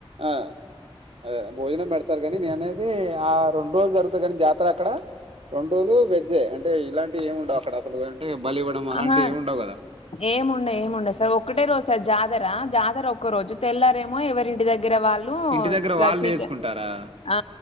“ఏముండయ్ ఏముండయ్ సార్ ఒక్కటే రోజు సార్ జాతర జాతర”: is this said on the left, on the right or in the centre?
Left